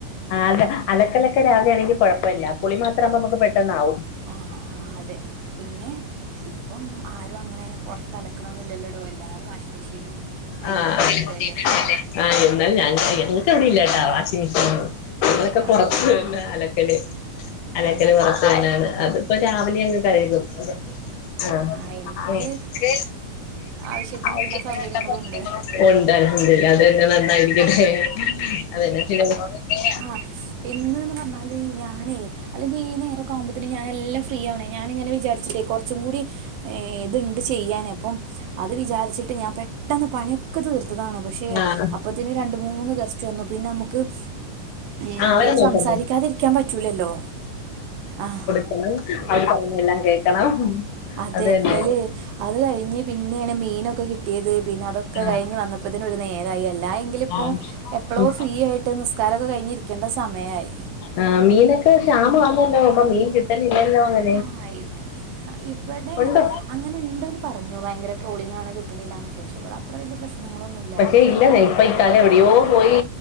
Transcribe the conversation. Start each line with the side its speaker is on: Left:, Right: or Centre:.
Left: ആഹ് അതേ അലക്കലൊക്കെ രാവിലേണെങ്കി കൊഴപ്പല്ല കുളിമാത്രാഉബോ അമുക്ക്പെട്ടന്നാഉം
Right: ആ അ ആഹ് അതെ പിന്നെ ഇപ്പം ആരും അങ്ങനെ പൊർത്ത് അലക്ക്ണൊന്നും ഇല്ലല്ലെടോ എല്ലാരും വാഷിങ് മിഷീനും അയ്ല്
Left: ആഹ് ആഹ്
Right: കൊണ്ടേയ്ട്ട് ഇടല്ലേ
Left: ആഹ് ഇന്നലെ ഞാനും ചെയ്യാ ഞങ്ങക്ക് വിടെ ഇല്ലാട്ടാ വാഷിംഗ് മിഷീനൊന്നും ഞങ്ങളൊക്കെ
Right: ആ
Left: പൊറത്ത്ന്ന് അലക് ക്കല് അലക്കല്
Right: ആ
Left: പൊറത്ത്കഴിഞാന്ന് അത്പ്പോ രാവിലെ അങ്ങ് കഴുകും ആഹ്
Right: ആ എനിക്ക്
Left: എൻക്ക്
Right: ആവശ്യത്തിന്
Left: ഔ
Right: എല്ലാ
Left: ചിത്രം
Right: സൗകര്യങ്ങളും
Left: കണ്ടാ
Right: ഉണ്ട്
Left: <inaudible> മോൾണ്ട് അൽഹംദുലില്ല അതെന്നെ നന്നായിരിക്കട്ടെ അതന്നെ ചില <inaudible>
Right: ആഹ് ഇന്ന് ന്ന് പർഞ്ഞാല് ഞാന് അല്ലെങ്കി ഈ ന്നേരൊക്കെ ആവുമ്പോത്ത്ന് ഞാനെ എല്ലഫ് ഫ്രീ ആവ്ണെ ഞാന്ങ്ങനെ വിജാര്ച്ട്ടേ കൊർച്ചും കൂടിം ഏ ഇത്ണ്ട് ചെയ്യാന് അപ്പം അത് വിജാര്ച്ചിട്ട് ഞാൻ പെട്ടെന്ന് പണിഒക് ക്ക തീർത്തതാണ് പക്ഷേ
Left: ആഹ്
Right: അപ്പോത്തിന് രണ്ട് മൂന്ന് ഗസ്റ്റ് വന്നു പിന്ന അമുക്ക് ഏഹ്
Left: ആഹ്
Right: അവരോട്
Left: അവരെ നോക്കണ്ട
Right: സംസാരിക്കാതിരിക്കാൻ പറ്റൂലല്ലോ ആഹ്
Left: അത് പറയുന്നതെല്ലാം കേക്കണം
Right: അതേ
Left: അത് തന്നെ
Right: അയ്ല് അത് കഴിഞ്ഞ് പിന്നെണ് മീനൊക്കെ കിട്ടിയത് പിന്നെ അതൊക്കെ
Left: ആഹ്
Right: കഴിഞ്ഞ് വന്നപ്പോത്ത്ന് ഒരു ന്നേരായി അല്ലാ എങ്കില് ഇപ്പോ
Left: ഉം
Right: എപ്പളോ
Left: ഉം
Right: ഫ്രീ ആയിട്ട് നിസ്കാരൊക്കെ കഴിഞ്ഞി ഇരിക്കേണ്ട സമയായി
Left: ആഹ് മീനൊക്കെ ക്ഷാമാന്നല്ലോ ഇപ്പം മീൻ കിട്ടലില്ലല്ലോ അങ്ങൻ
Right: ആഹ് ഇവടെ
Left: ഉണ്ട്
Right: അങ്ങനെ ഇണ്ട്ന്ന് പറഞ്ഞു ഭയങ്കര ട്രോളിങ്ങാണ് കിട്ട്ണ്ല്ലാന്നൊക്കെ ക്ഷേ ഇവട അത്ര വല്ല്യ പ്രശ്നങ്ങളൊന്നും
Left: പക്ഷേ ഇല്ലന്നേ ഇപ്പൊ ഇക്കാക്ക എവിടിയോ പോയി